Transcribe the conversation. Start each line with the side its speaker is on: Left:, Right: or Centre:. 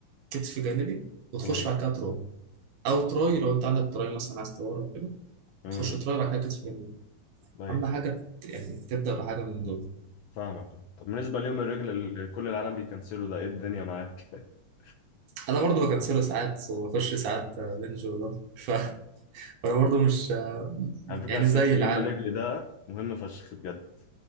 Right: كتف جانبي وتخش
Left: ايوه
Right: بعد كده تراي او تراي لو انت عندك تراي مثلا عايز تورم وكده
Left: امم
Right: تخش تراي بعد كده كتف جانبي
Left: ايوه
Right: اهم حاجه ت- يعني تبدا بحاجه من دول
Left: فاهمك طب بالنسبة ليوم الرجل اللي كل العالم بيكنسلوا ده ايه الدنيا معاك؟ <laughs>
Right: انا برضو بكنسله ساعات واخش ساعات بنج وده ف... فانا برضو مش
Left: على فكرة
Right: يعني
Left: أنا سمعت
Right: زي
Left: ان
Right: العالم
Left: يوم الرجل ده مهم فشخ بجد